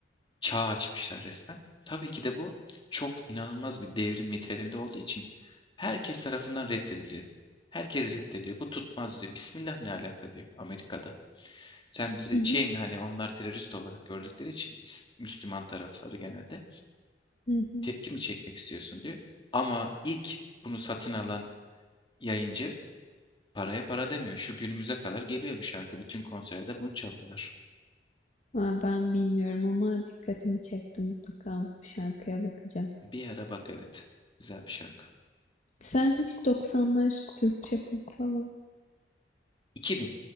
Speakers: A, on the left (about 30°); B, on the left (about 45°).
A: çağ açmışlar resmen. Tabii ki de bu çok inanılmaz bir devrim niteliğinde olduğu için herkes tarafından reddediliyor. Herkes reddediyor. Bu tutmaz diyor. Bismillah ne alaka diyor Amerika'da. Sen bizi
B: hı hı,
A: şey mi hani onlar terörist olarak gördükleri için is- Müslüman tarafları genelde
B: hı hı.
A: tepki mi çekmek istiyorsun diyor. Ama ilk bunu satın alan yayıncı paraya para demiyor. Şu günümüze kadar geliyor bu şarkı. Bütün konserde bunu çalıyorlar.
B: Aa, ben bilmiyorum ama dikkatimi çekti mutlaka bu şarkıya bakacağım.
A: Bir ara bak evet. Güzel bir şarkı.
B: Sen hiç 90'lar Türkçe pop falan
A: 2000